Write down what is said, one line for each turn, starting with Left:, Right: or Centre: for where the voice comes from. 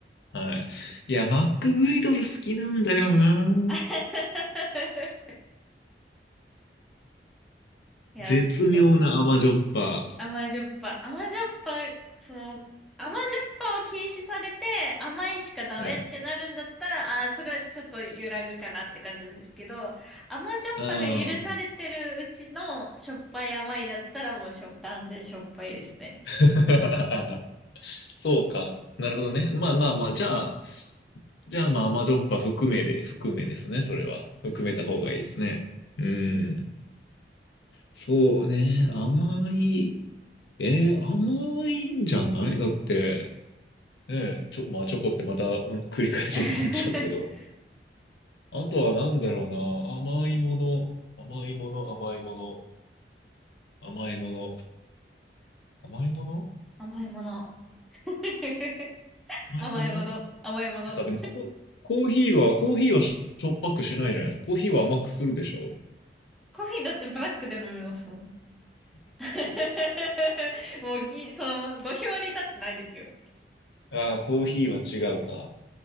Left: はい。いや、マックグリドル好きなんだよな。
Centre: <laughs> いや、
Left: 絶妙な甘じょっぱ。
Centre: そう。甘じょっぱ。甘じょっぱ、その、甘じょっぱを禁止されて、甘いしかダメってなるんだったら、
Left: はい。
Centre: ああ、それはちょっと揺らぐかなって感じなんですけど、甘じょっぱが許されてるうちのしょっぱい甘いだったらもうしょ、
Left: ああ。
Centre: 断然しょっぱいですね。
Left: <laughs> そうか。なるほどね。まあまあまあ、じゃあ、じゃあまあ甘じょっぱ含めで、含めですね。それは。含めた方がいいですね。うん。そうね。甘い。えー甘いんじゃないだって、ねえ、ちょ、まあチョコってまたお繰り返しになっちゃうけど。
Centre: <laughs>
Left: あとはなんだろうな。甘いもの、甘いもの、甘いもの、甘いもの、甘いもの
Centre: 甘いもの。<laughs>
Left: 甘いものだ
Centre: 甘いもの。甘いもの。
Left: ってさ、でもココーヒーは、コーヒーはしょっぱくしないじゃないですか。コーヒーは甘くするでしょ。
Centre: コーヒーだってブラックで飲みますもん。<laughs> もうぎ、その、土俵に立ってないですよ。
Left: ああ、コーヒーは違うか。